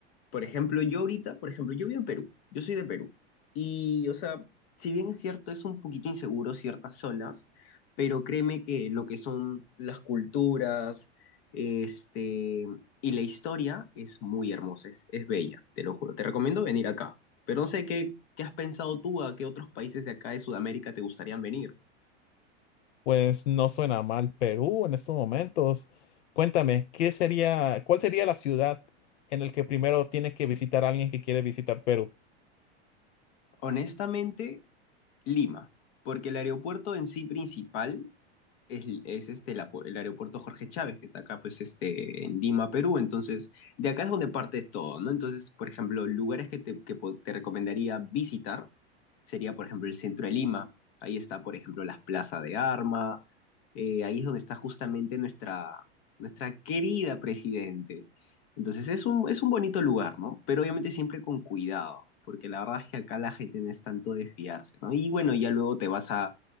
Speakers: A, on the left; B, on the left.
A: Por ejemplo, yo ahorita, por ejemplo, yo vivo en Perú, yo soy de Perú. Y, o sea, si bien es cierto, es un poquito inseguro ciertas zonas, pero créeme que lo que son las culturas, este, y la historia es muy hermosa, es, es bella, te lo juro. Te recomiendo venir acá, pero no sé qué, qué has pensado tú, a qué otros países de acá de Sudamérica te gustarían venir.
B: Pues no suena mal Perú en estos momentos. Cuéntame, ¿qué sería, cuál sería la ciudad en la que primero tiene que visitar alguien que quiere visitar Perú?
A: Honestamente, Lima, porque el aeropuerto en sí principal es, es este, la pu- el aeropuerto Jorge Chávez, que está acá, pues, este, en Lima, Perú. Entonces, de acá es donde parte todo, ¿no? Entonces, por ejemplo, lugares que te, que po- te recomendaría visitar sería, por ejemplo, el centro de Lima. Ahí está, por ejemplo, las plazas de Arma. Eh, ahí es donde está justamente nuestra, nuestra querida presidente. Entonces, es un, es un bonito lugar, ¿no? Pero obviamente siempre con cuidado, porque la verdad es que acá la gente no es tanto de fiarse, ¿no? Y bueno, ya luego te vas a